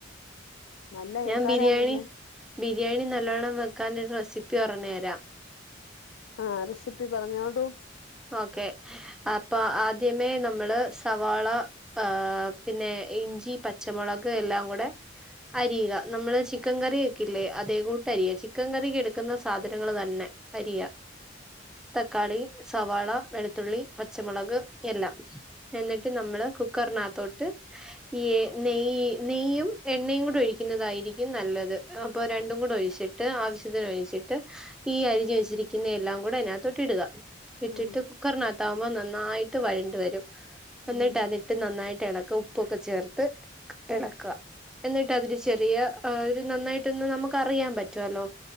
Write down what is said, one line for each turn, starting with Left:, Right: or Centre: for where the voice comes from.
Left: നല്ല അയൽക്കാരാന്നല്ലേ
Centre: ഞാൻ ബിരിയാണി ബിരിയാണി നല്ലവണ്ണം വെക്കാനോ രു റെസിപ്പി പറ ഞ്ഞു തരാം
Left: ആഹ് റെസിപ്പി പറഞ്ഞോടൂ
Centre: ഓക്കെ അപ്പൊ ആദ്യമേ നമ്മള് സവാള ആഹ് പിന്നെ ഇഞ്ചി പച്ചമുളക് എല്ലാം കൂടെ അരിയുക നമ്മള് ചിക്കൻ കറി വെ ക്കെല്ലേ അതേ കൂട്ട് അരിയ ചിക്കൻ കറിക്ക് എടുക്കുന്ന സാധനങ്ങൾ തന്നെ അരിയ തക്കാളി സവാള വെളുത്തുള്ളി പച്ചമുളക് എല്ലാം എന്നിട്ട് നമ്മള് കുക്കറിനകത്തോട്ട് ഈ നെയ്യ നെയ്യും എണ്ണയും കൂടെ ഒഴിക്കുന്നതായിരിക്കും നല്ലത് അപ്പൊ രണ്ടും കൂടെ ഒഴിച്ചിട്ട് ട്ട് ആവശ്യത്തിന് ഒ ഴിച്ചിട്ട് ഈ അരിഞ് വെച്ചിരിക്കുന്ന എല്ലാം കൂടെ അതിനകത്തോട്ട് ഇടുക ഇട്ടിട്ട്
Left: ഉം
Centre: കുക്കറിനകത്ത ആകുമ്പോൾ നന്നായിട്ട് വഴണ്ട് വരും എന്നിട്ട്
Left: ഉം
Centre: അതിട്ട് നന്നായിട്ട് എളക്ക ഉപ്പൊക്കെ ചേർത്ത് എളക്കാ എന്നിട്ട് അതൊരു ചെറിയ ഒരു നന്നായിട്ടൊന്ന് നമുക്കറിയാൻ പറ്റുവല്ലോ